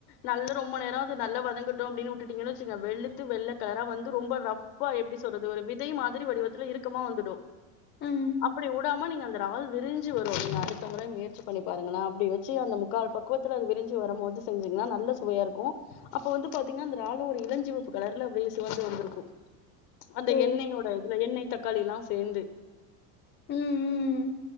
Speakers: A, on the left; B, on the left.
A: நல்ல ரொம்ப நேரோ அது நல்லா வதங்கட்டோ அப்டினு உட்டுடிங்கனு வச்சிக்க வெலுத்து வெள்ள கலரா வந்து ரொம்ப ரஃபா எப்டி சொல்றது ஒரு விதை மாதிரி வடிவத்துல இருக் க்கமா வந்துடோ
B: ம்.
A: அப்டி உடா மா நீங்க அந்த றாள் விரி்ஞ்சி வரும் நீங்க அடுத்த முற முயற்சி பண்ணி பாருங்கங்களா அப்டி வச்சி அந்த முக்கால் பக்குவத்துல அது விரி்ஞ்சி வரம்மோது செஞ்சீங்கினா நல்ல சுவையா இருக்கோ அப்ப வந்து பாத்தீங்கனா அந்த றாளும் ஒரு இளஞ்சிவப்பு கலர்ல அப்டே சிவந்து வந்துருக்கோ அந்த
B: ஓ!
A: எண்ணெயோட இதுல எண்ணெய் வேல எல்லாம் சேந்து
B: ம் ம்